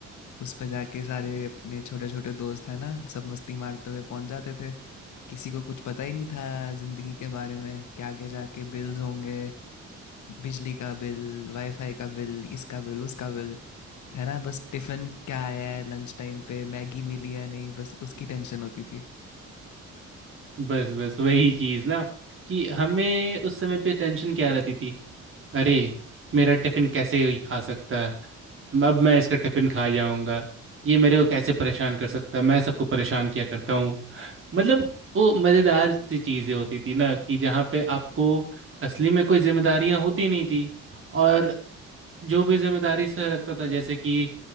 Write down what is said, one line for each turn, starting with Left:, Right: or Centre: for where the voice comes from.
Left: उस पर जाके सारे अपने छोटे छोटे दोस्त हैं ना सब मस्ती मारते हुए पहुंच जाते थे किसी को कुछ पता ही नहीं था ज़िंदगी के बारे में कि आगे जाके बिल्स होंगे बिजली का बिल वाईफाई का बिल इसका बिल उसका बिल है ना बस टिफिन क्या आया है लंच टाइम पे मैगी मिली या नहीं बस उसकी टेंशन होती थी
Right: बस बस वही चीज़ ना कि हमें उस समय पे टेंशन क्या रहती थी अरे मेरा टिफिन कैसे ही खा सकता है म- अब मैं इसका टिफिन खा जाऊंगा ये मेरे को कैसे परेशान कर सकता है मैं सबको परेशान किया करता हूँ मतलब वो मजेदार सी चीजें होती थी ना कि जहाँ पे आपको असली में कोई जिम्मेदारियां होती नहीं थी और जो भी जिम्मेदारी से लगता था जैसे कि